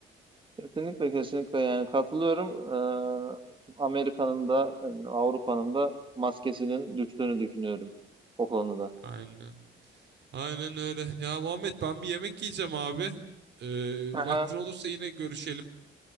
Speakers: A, on the right; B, on the right.
A: Kesinlikle kesinlikle yani katılıyorum. E, Amerika'nın da e, Avrupa'nın da maskesinin düştüğünü düşünüyorum o konuda.
B: Aynen. Aynen öyle. Ya Muhammed ben bir yemek yiyeceğim abi. Ee,
A: Aha,
B: vaktin olursa yine görüşelim.